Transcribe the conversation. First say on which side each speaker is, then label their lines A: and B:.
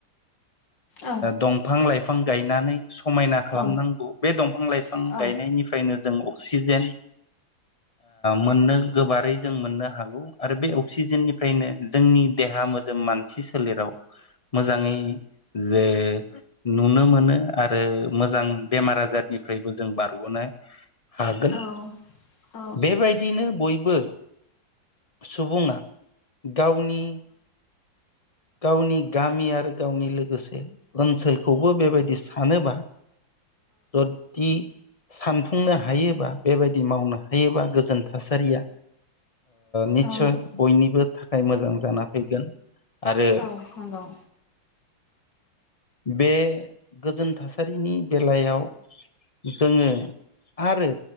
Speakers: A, on the left; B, on the left.
A: औ
B: दंफां-लाइफां गायनानै समाय खालामनांगौ
A: औ
B: बे दंफां-लाइफां
A: औ
B: गायनायनिफ्रायनो जों अक्सिजेन मोननो गोबारै जों मोननो हागौ आरो बे अक्सिजेननिफ्रायनो जोंनि देहा देहा मोदोम मानसि सोलेराव मोजाङै जे नुनो मोनो आरो मोजां बेमार आजारनिफ्रायबो जों बारग'नो हागोन
A: औ औ
B: बेबायदिनो बयबो सुबुङा गावनि गावनि गामि आरो गावनि लोगोसे ओनसोलखौबो बेबायदि सानोबा जदि सानफुंनो हायोबा बेबायदि मावनो हायोबा गोजोन थासारिया निस्सय
A: औ
B: बयनिबो थाखाय मोजां जाना फैगोन आरो
A: औ नंगौ
B: बे गोजोन थासारिनि बेलायाव जोङो आरो